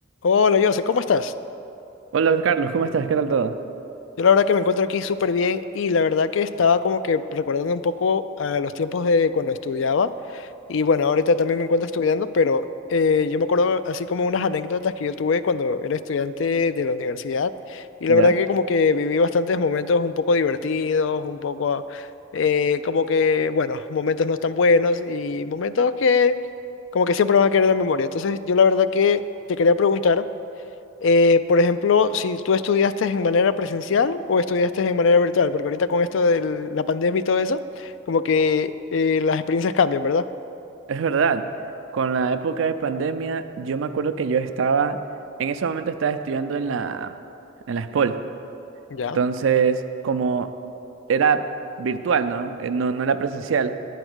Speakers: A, on the left; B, on the right.
A: Hola, Jose, ¿cómo estás?
B: Hola Carlos, ¿cómo estás? ¿Qué tal todo?
A: Yo la verdad que me encuentro aquí súper bien y la verdad que estaba como que recordando un poco a los tiempos de cuando estudiaba y bueno, ahorita también me encuentro estudiando, pero eh, yo me acuerdo así como unas anécdotas que yo tuve cuando era estudiante de la universidad y la
B: Ya,
A: verdad que como que viví bastantes momentos un poco divertidos, un poco eh, como que, bueno, momentos no tan buenos y momentos que como que siempre van a quedar en la memoria. Entonces yo la verdad que te quería preguntar. Eh, por ejemplo, si tú estudiaste en manera presencial o estudiaste en manera virtual, porque ahorita con esto de la pandemia y todo eso, como que eh, las experiencias cambian, ¿verdad?
B: es verdad. Con la época de pandemia, yo me acuerdo que yo estaba, en ese momento estaba estudiando en la, en la SPOL.
A: Ya.
B: Entonces, como era virtual, ¿no? Eh, No, no era presencial.